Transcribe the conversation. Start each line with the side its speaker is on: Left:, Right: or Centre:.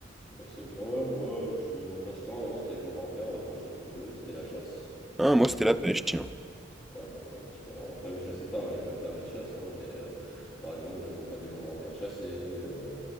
Left: Ouais, c'est bien, ouais, moi, euh, je suis en passe-temps, à un moment, c'était avec mon grand-père, euh, quand j'étais plus jeune, c'était la chasse.
Centre: Hein,
Left: J'aimais
Centre: moi, c'était
Left: bien
Centre: la
Left: la
Centre: pêche, tiens.
Left: Ouais, bah, en différent. Après, je chassais pas, hein, j'avais pas le permis de chasse, hein, mais euh, par exemple, j'accompagnais mon grand-père chasser, euh,